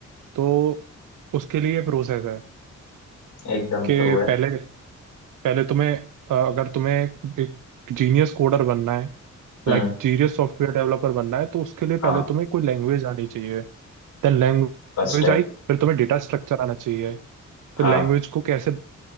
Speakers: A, on the right; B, on the left.
A: तो उसके लिए प्रोसेस है
B: एकदम
A: कि
B: ट्रू है
A: पहले पहले तुम्हें अ, अगर तुम्हें एक जीनियस कोडर बनना है
B: हम्म
A: लाइक जीनियस सॉफ्टवेयर डेवलपर बनना है तो उसके लिए पहले
B: हाँ
A: तुम्हें कोई लैंग्वेज आनी चाहिए देन लैंग्वेज
B: फर्स्ट स्टेप
A: आई फिर तुम्हें डेटा स्ट्रक्चर आना चाहिए फिर
B: हाँ
A: लैंग्वेज को कैसे